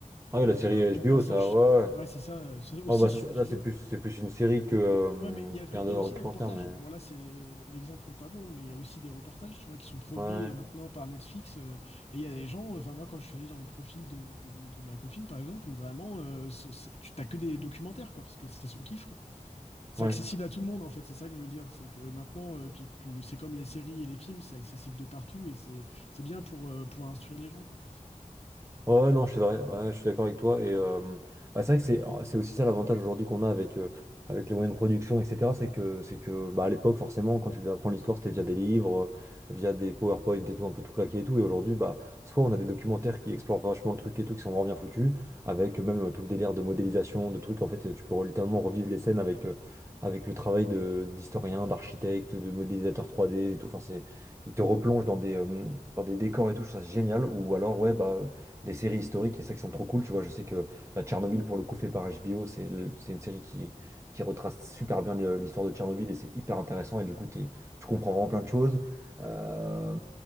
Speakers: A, on the left; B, on the right.
A: qui
B: ah ouais,
A: quand
B: la
A: même
B: série
A: est un
B: HBO,
A: bon passage
B: ça, ouais.
A: sur. euh,
B: Ouais,
A: Ouais, c'est ça, euh, c'est aussi
B: Ah, bah, ça,
A: sur
B: c'est-
A: HBO.
B: là, c'est plus, c'est plus une série que, euh,
A: Ouais, mais il y a, vrai-
B: qu'un
A: il
B: documentaire,
A: y a aussi des reportages.
B: mais
A: hein. Bon, là, c'est, l'exemple n'est pas bon, mais il y a aussi des reportages, tu vois, qui sont produits
B: ouais,
A: euh, maintenant par Netflix. euh, et il y a des gens, enfin, moi, quand je suis allé dans le profil de, de- de ma copine, par exemple, où vraiment, euh, ce- c'est- tu t'as que des documentaires, quoi, parce que c'est son kiff, quoi. C'est
B: ouais.
A: accessible à tout le monde, en fait, c'est ça que je veux dire. C'est que maintenant, euh, tu, tu- c'est comme les séries et les films, c'est accessible de partout et c'est, c'est bien pour euh, pouvoir instruire les gens, quoi.
B: Ouais, ouais, non, c'est vrai, ouais, ouais, je suis d'accord avec toi. Et euh, bah, c'est vrai que c'est oh, c'est aussi ça l'avantage aujourd'hui qu'on a avec, euh, avec les moyens de production, etc. C'est que, c'est que bah, à l'époque, forcément, quand tu devais apprendre l'histoire, c'était via des livres, euh, via des PowerPoint et tout, un peu tout claqué et tout. Et aujourd'hui, bah, soit on a des documentaires qui explorent vachement le truc et tout, qui sont vraiment bien foutus, avec même euh, tout le délire de modélisation, de trucs. En fait, euh, tu peux littéralement revivre les scènes avec, euh, avec le travail de, d'historien, d'architecte, de modélisateur 3D et tout. Enfin, c'est, il te replonge dans des, euh, dans des décors et tout, je trouve ça génial. Ou alors, ouais, bah des séries historiques et ça qui sont trop cool. Tu vois, je sais que bah, Tchernobyl, pour le coup, fait par HBO, c'est le- c'est une série qui, qui retrace super bien le- l'histoire de Tchernobyl et c'est hyper intéressant. Et du coup, t'es- tu comprends vraiment plein de choses. Euh,